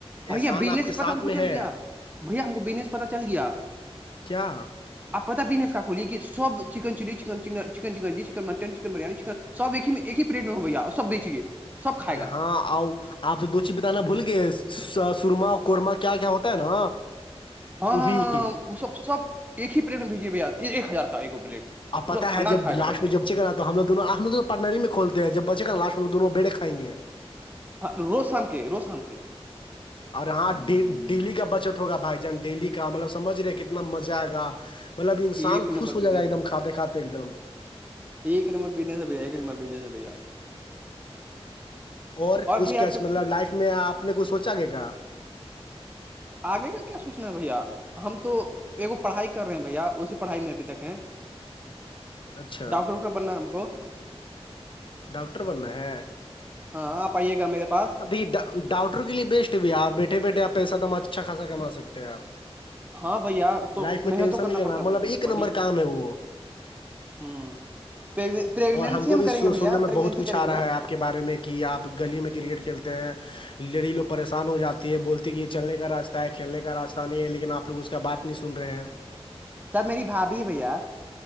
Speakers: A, on the left; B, on the right.
A: احسان
B: بھیا بزنس
A: آپ کے
B: پتا
A: ساتھ
B: ہم کو
A: میں
B: چل
A: ہے
B: گیا بھیا ہم کو بینس پتا چل گیا
A: کیا
B: آپ پتا بزنس کا کھلیے کہ سب چکن چلی چن چن چن چن مٹ چکن بریانی چکن سب ایک ہی ایک ہی پلیٹ میں ہوئییا اور سب بیچیے سب کھائے
A: ارے
B: گا
A: ہاں آؤ آپ سے دو چیز بتانا بھول گئے سورما اور قورمہ کیا کیا ہوتا ہے نا
B: ہاں
A: وہ بھی
B: وہ سب سب ایک ہی پلیٹ میں بھیجیے بھ ایک ہزار کا ایک پلیٹ
A: اب پتا
B: پورا خاندان
A: ہے جب
B: کھائے
A: لاسٹ
B: گا بیٹھ کے
A: میں جب چ کراتا تو ہم لو دون آ ل پٹنری میں کولتے ہیں جب بچے گاٹ میں دونوں بیڑے کائیں گے
B: ہ روز سام کے روس ہم کے
A: اور ہاں ڈیلی کا بچت ہوگا بھائی جان ڈیلی کا کا مطلب سمجھ رہے کتنا مزہ آئے گا مطلب انسان
B: ایک نمبر
A: خوش ہو
B: بزنس
A: جائے گا ایک
B: ہے
A: دم
B: بھیا
A: کھاتے کھاتے ایک دم
B: ایک نمبر پنےس ہےھیا ایک نمر پیننے ہے بھیا
A: اور کچھ
B: بھی
A: کیا
B: آج کل
A: مطلب لائف میں آپ نے کچھ سوچا کہ کہا
B: آگے کا کیا سوچنا ہے بھیا ہم تو ایکو پڑھائی کر رہے ہیں بھیا اسی پڑھائی میں ابھی تک ہے
A: اچھا
B: ڈاکٹر اخر بننا ہے ہم کو
A: ڈاکٹر بننا ہے
B: ہاں آپ آئیے گا میرے پاس
A: ہاں دیکھیے ڈاکٹر کے لیے بیسٹ بھی ہےپ بیٹھے بیٹھے آپ پیسہ توم اچھا خا کما سکتے ہیں آپ
B: ہاں بھیا تو
A: لائف میں
B: محنت
A: ٹینشن
B: تو کرنا
A: نہیں لینا
B: پڑتا ہے بھیا
A: مطلب
B: کو
A: ایک
B: بڑی
A: نمبر کام ہے وہ
B: ہوں پریگنینسی
A: اور ہم کو بھی
B: کریں گے بھیا
A: سننے میں
B: پریگنینسی
A: بہت کچھ
B: کریں
A: آ
B: گے
A: رہا ہے آپ کو کے بارے میں کہ آپ گلی میں کرکٹ کھیلتے ہیں لڑی لوگ
B: ہوں
A: پریشان ہو جاتی ہے بولتی کہ چلنے کا راستہ ہے کھیلنے کا راستہ نہیں ہے لیکن آپ لگ اس کا بات نی سن رہے ہیں
B: سب میری بھابھی بھیا